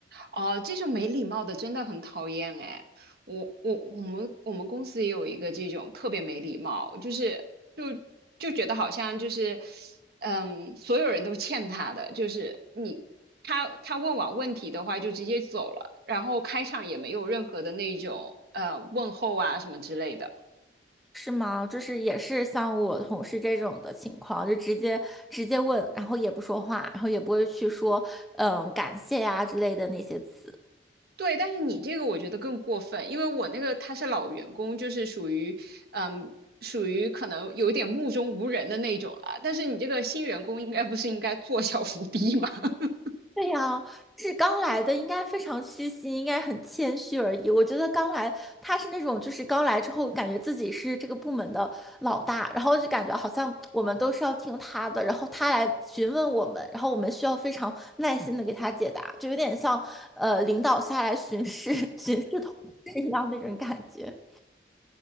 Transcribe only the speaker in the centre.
是吗？就是也是像我同事这种的情况，就直接直接问，然后也不说话，然后也不会去说嗯感谢呀、之类的那些词。
对呀，就是刚来的，应该非常虚心，应该很谦虚而已。我觉得刚来，他是那种就是刚来之后，感觉自己是这个部门的老大，然后就感觉好像我们都是要听他的，然后他来询问我们，然后我们需要非常耐心的给他解答，就有点像呃领导下来巡视 <laughs> 巡视同事一样那种感觉。